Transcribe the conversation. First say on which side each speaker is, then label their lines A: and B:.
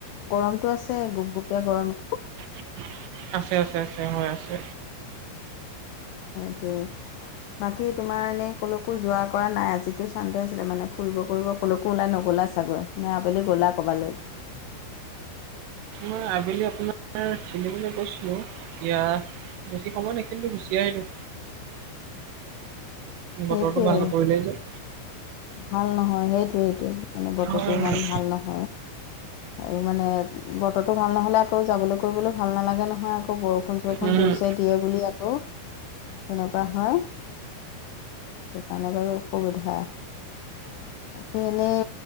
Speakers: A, on the left; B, on the right.
A: গৰমটো আছে গোপগোপীয়া গৰম
B: <inaudible> আছে আছে আছে হয় আছে
A: সেইটোৱে বাকী তোমাৰ এনেই ক'লৈকো যোৱা কৰা নাই আজিতো চান্দে আছিলে মানে ফুৰিব কৰিব কলৈকো ওলাই নগ'লা ছাগৈ নে আৱেলি গ'লা ক'ৰবালে
B: মই আবেলি আপোনাৰ খেলিবলে গৈছিলো এতিয়া বেছি সময় নেখেলিলো গুচিয়ে আহিলো
A: সেইটোৱে
B: বতৰতো ভাল নকৰিলেই যে
A: ভাল নহয় সেইটোৱে সেইটোৱে মানে বতৰটো
B: হয়
A: ইমান
B: হয়
A: ভাল নহয় আৰু মানে বতৰটো ভাল নহ'লে আকৌ যাবলৈ কৰিবলৈ ভাল নালাগে নহয় আকৌ বৰষুণ চৰষুণ
B: উম,
A: জোৰচে দিয়ে বুলি আকৌ তেনেকুৱা হয় সেইকাৰণে বাৰু অসুবিধা বাকী এনেই